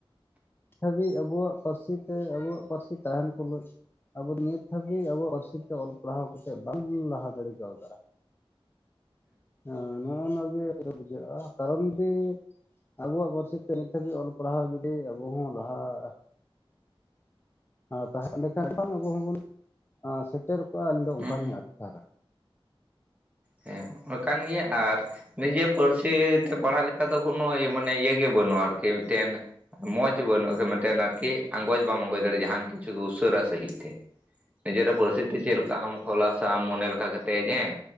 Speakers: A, on the left (about 25°); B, on the right (about 15°).
A: ᱦᱟᱹᱵᱤᱡ ᱟᱵᱚᱣᱟᱜ ᱯᱟᱨᱥᱤ ᱛᱮ ᱟᱵᱚᱣᱟᱜ ᱯᱟᱨᱥᱤ ᱛᱟᱦᱮᱱ ᱛᱩᱞᱩᱡ ᱾ ᱟᱵᱚ ᱱᱤᱛ ᱦᱟᱹᱵᱤᱡ ᱟᱵᱚ-ᱟ ᱯᱟᱨᱥᱤ ᱛᱮ ᱚᱞ ᱯᱟᱲᱦᱟᱣ ᱠᱟᱛᱮᱫ ᱵᱟᱝᱵᱩᱱ ᱞᱟᱦᱟ ᱫᱟᱲᱮ ᱠᱟᱣ ᱫᱟ ᱾ ᱦᱮᱸ ᱱᱚᱜᱼᱚ ᱱᱟ ᱜᱮ <inaudible> ᱵᱩᱡᱷᱟᱹᱜᱼᱟ ᱠᱟᱨᱚᱱ ᱫᱤ ᱟᱵᱚᱣᱟᱜ ᱯᱟᱹᱨᱥᱤ ᱛᱮ ᱱᱤᱛᱚ ᱜᱤ ᱚᱞ ᱯᱟᱲᱦᱟᱣ ᱡᱩᱫᱤ ᱟᱵᱚ ᱦᱚᱸ ᱞᱟᱦᱟ -ᱟ᱾ ᱛᱟᱦᱮᱸ ᱮᱱᱰᱮᱠᱷᱟᱱ <inaudible> ᱟᱵᱚ ᱦᱚᱸᱵᱚᱱ ᱥᱮᱴᱮᱨ ᱠᱚᱜᱼᱟ ᱟᱹᱞᱤᱧ ᱫᱚ ᱚᱱᱠᱟᱞᱤᱧ
B: ᱦᱩᱸ ᱦᱩᱸ
A: ᱟᱴᱠᱟᱨᱟ ᱾
B: ᱦᱮᱸ ᱠᱟᱱ ᱜᱮᱭᱟ ᱟᱨ ᱱᱤᱡᱮ ᱯᱟᱹᱨᱥᱤ ᱛᱮ ᱯᱟᱲᱦᱟᱜ ᱞᱮᱠᱟ ᱫᱚ ᱠᱳᱱᱳ ᱤ-ᱢᱟᱱᱮ ᱤᱭᱟᱹ ᱜᱮ ᱵᱟᱹᱱᱩᱜᱼᱟ ᱟᱨᱠᱤ ᱢᱤᱴᱮᱱ ᱢᱚᱸᱡᱽ ᱵᱟᱹᱱᱩᱜᱼᱟ ᱠᱤ ᱢᱤᱫᱴᱮᱱ ᱟᱨᱠᱤ ᱟᱸᱜᱚᱡ ᱵᱟᱢ ᱟᱸᱜᱚᱡ ᱫᱟᱲᱮ ᱡᱟᱦᱟᱱ ᱠᱤᱪᱷᱩ ᱩᱥᱟᱹᱨᱟ ᱥᱟᱺᱦᱤᱡ ᱛᱮ ᱾ ᱱᱤᱡᱮᱨᱟᱜ ᱯᱟᱹᱨᱥᱤ ᱛᱮ ᱪᱮᱫ ᱞᱮᱠᱟᱢ ᱠᱷᱚᱞᱟᱥᱟ ᱢᱚᱱᱮ ᱞᱮᱠᱟ ᱠᱟᱛᱮᱜ ᱮᱸ,